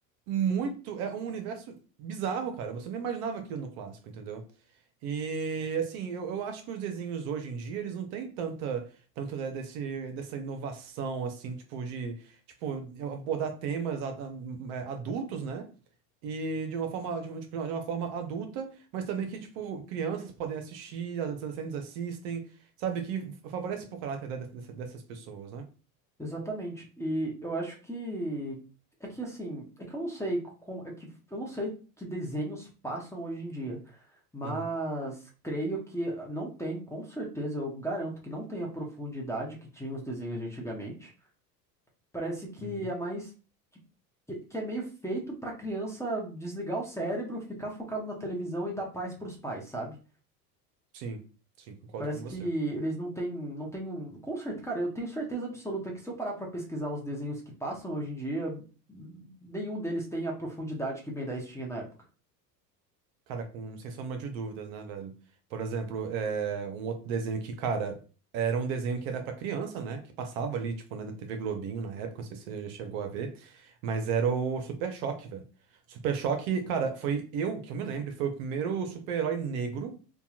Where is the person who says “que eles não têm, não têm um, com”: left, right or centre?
Centre